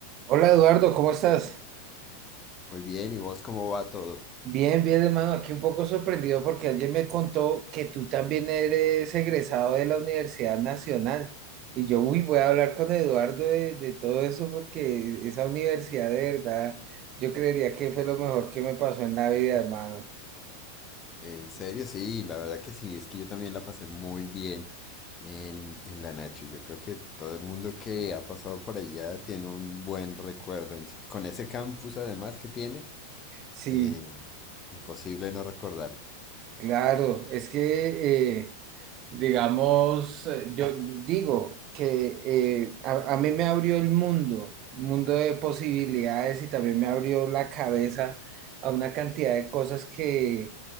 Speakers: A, on the right (about 35°); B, on the left (about 25°).
A: Hola Eduardo, ¿cómo estás?
B: Muy bien, ¿y vos cómo va todo?
A: Bien, bien hermano, aquí un poco sorprendido porque alguien me contó que tú también eres egresado de la Universidad Nacional. Y yo, uy, voy a hablar con Eduardo de, de todo eso porque esa universidad de verdad, yo creería que fue lo mejor que me pasó en la vida, hermano.
B: En serio, sí, la verdad que sí, es que yo también la pasé muy bien en, en la Nacho. Yo creo que todo el mundo que ha pasado por allá tiene un buen recuerdo. En- Con ese campus además que tiene,
A: Sí,
B: eh, imposible no recordarlo.
A: claro, es que... eh, digamos, eh, yo digo que eh, a, a mí me abrió el mundo, mundo de posibilidades y también me abrió la cabeza a una cantidad de cosas que